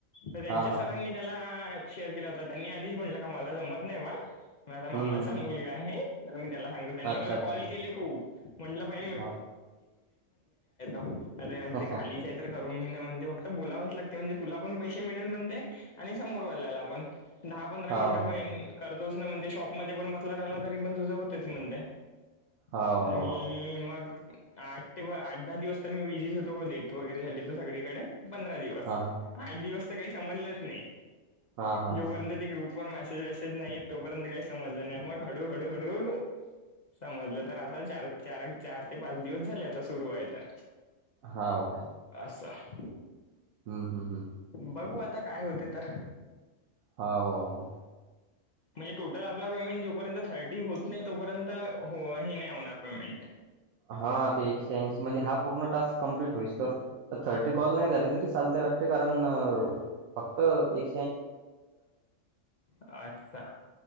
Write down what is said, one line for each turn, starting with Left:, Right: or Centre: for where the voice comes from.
Left: तर त्यांच्या
Right: हा हा
Left: सरांनी त्याला शेअर केला होता त्यांनी, आधीच म्हटलं का मला जमत नाही बा, माझा मामाचा
Right: हम्म हम्म
Left: मुलगा आहे. तर मी त्याला सांगतो, त्यांनी
Right: अच्छा
Left: मला
Right: अच्छा
Left: कॉल केले खूप म्हटलं भाई
Right: हाव
Left: <unintelligible> <unintelligible> अरे अन् ते
Right: हाव
Left: खालीच आहेत तर करून घे ना म्हणते, फक्त बोलावंच लागते म्हणते तुला पण पैसे मिळेल म्हणते, आणि समोर वाल्याला आपण दहा पंधरा
Right: हाव
Left: मिनिटा पण करतोच ना, म्हणजे शॉपमध्ये पण बसला राहिला तरी पण तुझं होतेच म्हणते.
Right: हाव
Left: मी
Right: हाव
Left: मग आठ ते आठ दहा दिवस तर मी बिजीच होतो, ग डेट वगैरे झाली त सगळीकडे पंधरा दिवस.
Right: हा हा
Left: आठ दिवस तर काही समजलंच नाही,
Right: हा हा
Left: जोपर्यंत
Right: हा
Left: ते ग्रुप मेसेज वेसेज नाही तोपर्यंत काही समजलं नाही, मग हळू हळू हळू समजलं. तर आता चार चार चार ते पाच दिवस झाले आता सुरु आहे तर.
Right: हाव काय?
Left: असंय.
Right: हम हम हम
Left: बघू आता काय होते तर.
Right: हो हो
Left: म्हणजे टोटल आपला पेमेंट जोपर्यंत थर्टी होत नाही तोपर्यंत, हो हे नाही होणार पेमेंट.
Right: हा ते एकशे ऐंशी म्हणजे हा पूर्ण टाक कम्प्लीट होईस तर. थर्टी कॉल नाही झाली तरी चालतय वाटते कारण, फक्त एक
Left: अच्छा,